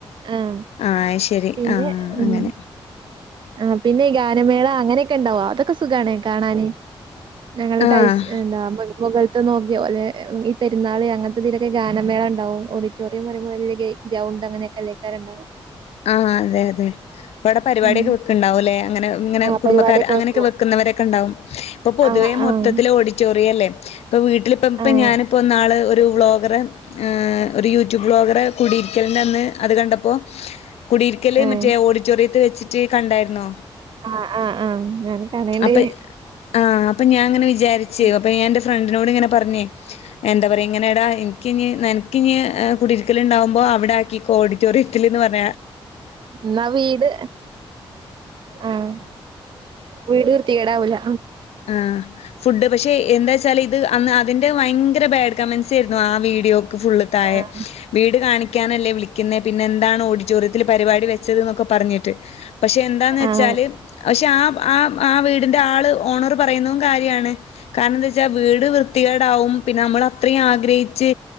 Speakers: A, on the right; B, on the left.
A: ആഹ്
B: ആഹ് ശരി
A: പിന്നെ,
B: ആഹ്
A: ഉം
B: അങ്ങനെ
A: ആഹ് പിന്നെ ഗാനമേള അങ്ങനെയൊക്കെ ഉണ്ടാവോ അതൊക്കെ സുഖമാണ് കാണാന് ഞങ്ങള
B: ആഹ്
A: ടൈസ് എന്താ <unintelligible> നോക്കിയോ അല്ലെ ഈ പെരുന്നാൾ അങ്ങനത്തെ ഇതിയിലൊക്കെ ഗാനമേള, ഉണ്ടാവും ഓഡിറ്റോറിയം പറയ്പോ വലിയ ഗൈ ഗ്രൗണ്ട് അങ്ങനെയൊക്കെ അല്ലെയ്കാരം ഉണ്ടാവാ
B: ആഹ് അതെ അതെ ഇവിടെ പരിപാടൊക്കെക്
A: ഉം
B: വെ ക്ക് ണ്ടാവും, ലേ അങ്ങനെ ങ്ങന
A: ആഹ്
B: കുടബക്കാര്
A: പരിപാടിയൊക്കെ
B: അനെയൊക്കെ
A: വെക്കും
B: വെ ക്കുന്നവരൊക്കെണ്ടോ ഇപ്പൊ പൊതുവേ
A: ആഹ്
B: മൊത്തത്തില്
A: ആഹ്
B: ഓഡിറ്റോറിയം അല്ലേ ഇപ്പോൾ വീട്ടിലിപ്പ ഇപ്പം
A: ആഹ്
B: ഞാനിപ്പോൾ ഇന്നാൾ ഒരു വ്ലോഗറെ ഏഹ് ഒരു യൂട്യൂബ് ബ്ലോഗറെ കൂടിയിരിക്കലിൻ്റെ അന്ന് അത് കണ്ടപ്പോൾ കുടിയിരിക്കല്
A: ഏഹ്
B: മറ്റേ ഓഡിറ്റോറിയത്ത് വെച്ചിട്ട് കണ്ടായിരുന്നോ
A: ആഹ് ആഹ് ആഹ് ഞാന് കാണേണ്ട്
B: അപ്പൊ ആഹ് അപ്പൊ ഞാൻങ്ങനെ വിചാരിച്ച്
A: ഉം
B: അപ്പൊ ഞാൻ എന്റെ ഫ്രണ്ടിനോട് ഇങ്ങനെ പറഞ്ഞേ എന്താ പറയാ ഇങ്ങനെേടാ എനിക്കിഞ്ഞ് നിനക്ക്ഇിഞ് കുടിരിക്കലുണ്ടാവുമ്പോ അവിടെ ആക്കിക്കോ ഓടി ഓടിട്ടോറിയത്തില് ന്ന് പറ
A: ന്ന വീട് ആഹ് വീട് വൃർത്തികേടാവൂല
B: ആഹ് ഫുഡ് പക്ഷെ എന്താ വച്ചാൽ ഇത് അന്ന് ആഹ് അതിൻ്റെ ഭയങ്കര ബാഡ് കമൻറ്സ് ആയിരുന്നു ആഹ് വീഡിയോക്ക് ഫുള്ള് താഴെ,
A: ആഹ്
B: വീട് കാണിക്കാനല്ലേ വിളിക്കുന്നേ പിന്നെ എന്താണ് ഓടി റ്റോറിയത്തിൽ പരിപാടി വെച്ചത് എന്നൊക്കെ പറഞ്ഞിട്ട് പക്ഷെ എന്താന്ന് വെച്ചാല്
A: ആഹ് ആഹ്
B: പക്ഷെ ആഹ് ആഹ് ആഹ് വീടിന്റെ ആള് ഓണർ പറയുന്നതും കാര്യാണ് കാരണം എന്താ വെച്ചാൽ വീട് വൃത്തികേടാവും പിന്നെ നമ്മൾ അത്രയും ആളെ ആഗ്രഹച്ച്